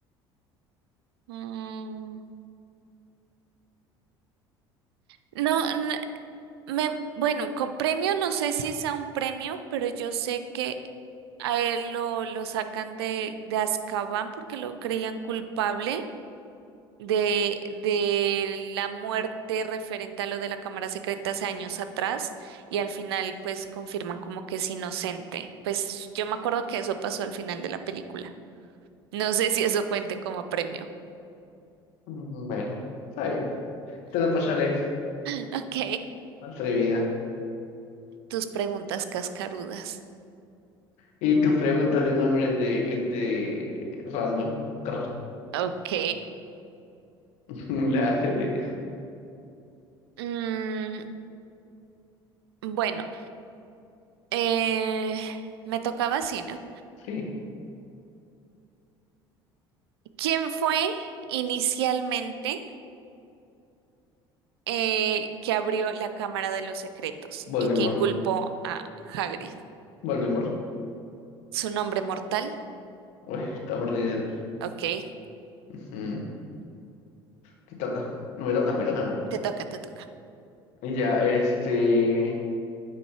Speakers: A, on the right; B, on the left.
A: Mm, no, n- me, bueno, con premio no sé si sea un premio, pero yo sé que a él lo, lo sacan de, de Azkaban porque lo creían culpable de, de la muerte referente a lo de la cámara secreta hace años atrás y al final pues confirman como que es inocente. Pues yo me acuerdo que eso pasó al final de la película. No sé si eso cuente como premio.
B: Mm, Bueno, está bien. Te lo pasaré.
A: <laughs> Ok.
B: Atrevida.
A: tus preguntas cascarudas.
B: Y tus preguntas de nombres de gente random. Crr.
A: Ok.
B: <laughs> La hace de...
A: Mm, bueno, eh, me tocaba así, ¿no?
B: Sí,
A: ¿Quién fue inicialmente eh, que abrió la Cámara de los Secretos
B: Voldemort.
A: y que inculpó a Hagrid?
B: Voldemort.
A: ¿Su nombre mortal?
B: Uy, Tom Riddle.
A: Ok.
B: Ujú. Te toca. No me tocas, me toca, ¿no?
A: Te toca, te toca.
B: Ya, este...